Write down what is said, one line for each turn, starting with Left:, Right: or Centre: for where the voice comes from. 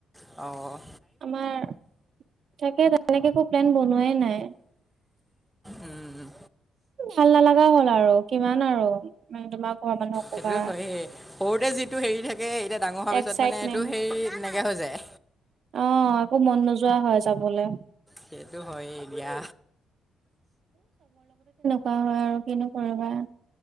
Centre: অ'।
Right: আমাৰ তাকে তেনেকে একো প্লেন বনোৱাই নাই।
Centre: উম-উম।
Right: <inaudible> ভাল নলগা হ'ল আৰু কিমান আৰু মানে তোমাৰ ঘৰৰ মানুহক
Centre: সেইটো
Right: ক'বা।
Centre: হয়েই সৰুতে যিটো হেৰি থাকে এতিয়া ডাঙৰ হোৱাৰ পিছত
Right: এক্সাইটমেন্ট
Centre: মানে এইটো হেৰি এনেকে হৈ যায়।
Right: অ', একো মন নোযোৱা হয় যাবলে।
Centre: সেইটো হয় এ এতিয়া।
Right: হয়-হয় আৰু কিনো কৰিবা।